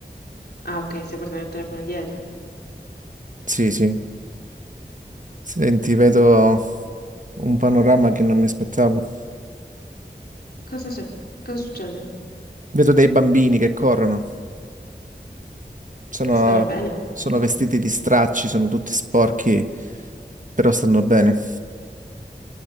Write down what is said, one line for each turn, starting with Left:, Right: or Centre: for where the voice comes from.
Left: Ah, ok, stai portando il telefono dietro.
Right: Sì, sì. Senti, vedo un panorama che non mi aspettavo.
Left: Cosa, suc- cosa succede?
Right: Vedo dei bambini che corrono, sono,
Left: E Stanno bene?
Right: sono vestiti di stracci, sono tutti sporchi, però stanno bene.